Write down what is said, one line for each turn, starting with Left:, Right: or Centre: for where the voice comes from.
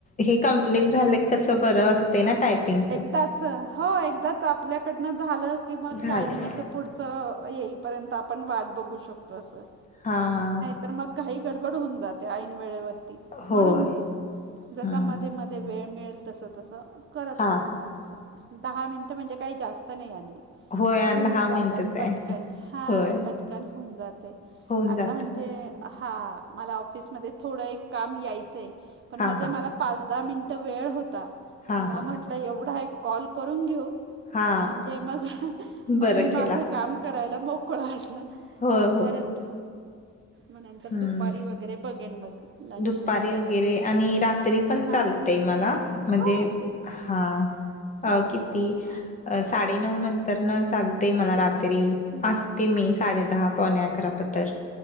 Left: हे कंप्लीट झालं कि, कस बरं असते ना, टायपिंग.
Right: एकदाचं, हो एकदाच आपल्याकडनं झालं की, मग
Left: झालं
Right: काय नही, मग ते पुढचं येईपर्यंत, आपण वाट बघू शकतो, असं
Left: हां.
Right: तर मग, घाई गडबड होऊन जाते, ऐन वेळेवरती,
Left: होय
Right: म्हणून जसा
Left: हम्म
Right: मध्ये-मध्ये वेळ मिळेल, तस-तस करत
Left: हा
Right: राहायचं
Left: हा
Right: असं. दहा मिनिटं म्हणजे, काही जास्त नाही आणि
Left: होय आणि
Right: होऊन
Left: दहा मिनिटच
Right: जातात
Left: आहे
Right: पटकन, हां
Left: होय
Right: पटकन होऊन जातय.
Left: होऊन
Right: आता
Left: जाते
Right: म्हणजे, हां मला ऑफिसमध्ये थोडं, एक काम यायचं य, पण
Left: हा
Right: मध्ये
Left: हा
Right: मला पाच दहा मिनटं वेळ होता,
Left: हा
Right: म
Left: हा
Right: म्हटलं एवढा, एक कॉल करून घेऊ.
Left: हा
Right: म्हणजे मग, मी
Left: बरं
Right: मग माझ
Left: केला
Right: काम करायला मोकळ असं,
Left: होय
Right: म
Left: हो
Right: परत म नंतर
Left: हम्म
Right: दुपारी वगैरे, बघेन मग, लंच
Left: दुपारी
Right: नंतर वगैरे,
Left: आणि रात्री पण
Right: हां.
Left: चालतय मला म्हणजे
Right: हो ते
Left: हां,
Right: चालतंय
Left: अ किती?
Right: ना हां
Left: अ साडे नऊ नंतर ना, चालतय मला रात्री,
Right: बरोबर
Left: असते मी. साडे दहा पाऊणे अकरा, पत्तर